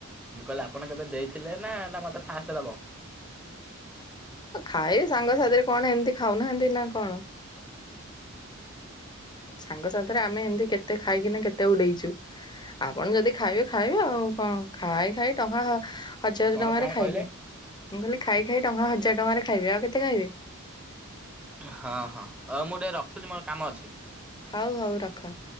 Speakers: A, in the centre; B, on the left.
A: ମୁଁ କହିଲି ଆପଣ କେବେ ଦେଇଥିଲେ ନା ନା ମୋତେ ଫାଷ୍ଟ ଦେବ?
B: ଆଉ ଖାଇବେ ସାଙ୍ଗସାଥିରେ କଣ ଏମିତି ଖାଉନାହାନ୍ତି ନା କଣ। ସାଙ୍ଗସାଥିରେ ଆମେ ଏମିତି କେତେ ଖାଇକିନା କେତେ ଉଡେଇଛୁ। ଆପଣ ଯଦି ଖାଇବେ ଖାଇବେ ଆଉ କଣ ଖାଇ ଖାଇ ଟଙ୍କା ହଜାର
A: କଣ
B: ଟଙ୍କାରେ
A: କଣ
B: ଖାଇବେ
A: କହିଲେ?
B: ମୁଁ କହିଲି ଖାଇ ଖାଇ ଟଙ୍କା ହଜାର ଟଙ୍କାରେ ଖାଇବେ ଆଉ କେତେ ଖାଇବେ?
A: ହଁ ହଁ ହଉ ମୁଁ ଟିକେ ରଖୁଛି ମୋର କାମ ଅଛି।
B: ହଉ ହଉ ରଖ।